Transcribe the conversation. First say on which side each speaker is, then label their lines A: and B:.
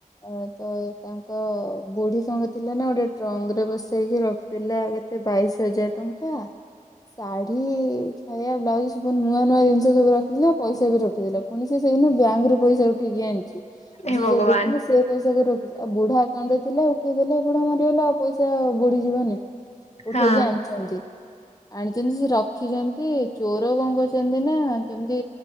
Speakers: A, on the left; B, on the left.
A: ଅ ତ ତାଙ୍କ ତାଙ୍କ ବୁଢ଼ୀ କଣ କରିଥିଲା ନା ଗୋଟେ ଟ୍ରଙ୍କରେ ବସେଇକି ରଖିଥିଲା କେତେ ବାଇଶ ହଜାର ଟଙ୍କା ଶାଢୀ ଛାୟା ବ୍ଲାଉଜ ସବୁ ନୂଆ ନୂଆ ଜିନିଷ ସବୁ ରଖ ଥିଲା ପଇସା ବି ରଖିଥିଲା ପୁଣି ସେ ସେଦିନ ବ୍ୟାଙ୍କରୁ ପଇସା ଉଠେଇକି ଆଣିଛି
B: ଏ
A: ଯିଏ
B: ଭଗବାନ
A: ଯାହା ଦେଖିଲେ ସେ ପଇସା କ ରଖିଛି ଆଉ ବୁଢା ଆକାଉଣ୍ଟ ରେ ଥିଲା ଉଠେଇ ଦେଲେ ବୁଢା ମରିଗଲା ଆଉ ପଇସା ବୁଡିଯିବନି।
B: ହଁ
A: ଉଠେଇକି ଆଣି ଛନ୍ତି ଆଣିଛନ୍ତି ସେ ରଖିଛନ୍ତି ଚୋର କଣ କରଛନ୍ତି ନା କେମତି